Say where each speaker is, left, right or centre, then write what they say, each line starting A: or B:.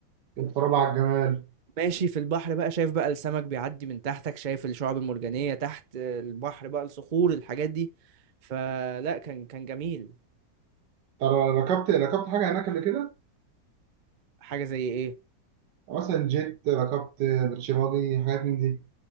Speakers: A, on the right; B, on the right.
A: يتفرجوا على الجمال
B: ماشي في البحر بقى شايف بقى السمك بيعدي من تحتك شايف الشعاب المرجانية تحت آه، البحر بقى الصخور الحاجات دي فلا كان كان جميل
A: ترى ركبت ركبت حاجه هناك قبل كده
B: حاجة زي ايه
A: مثلا جيت ركبت بيتش باجي حاجات من دي